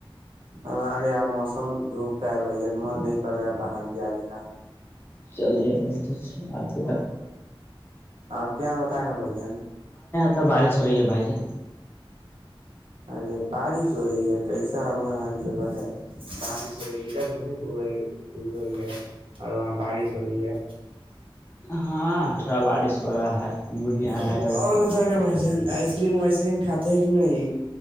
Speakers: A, on the right; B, on the left.
A: ہمارے یہاں موسم دھوپ کا ہے بھائی جان من نہیں کر رہا ہے باہر جائےے گا
B: چلیے بہت اچھا آپ کے
A: آاں پں بت ہےا بھیا
B: ت بڑ چو رہی ہے بائی جان
A: ارے بارش ہو رہی ہے کیسا ہوا ہاں جگہ ہے بادشور یہیررد ہوی ہوئی ہے اور وہاں بارش ہوئی ہے
B: ہاں تھوڑا بارش ہو رہا ہے گڑ نہیں آ رہا
A: اور
B: ہے کبھی کبھی۔
A: ہوتا ہے نا بائی جان آئی ری میں م کات ہیں کہ نہیں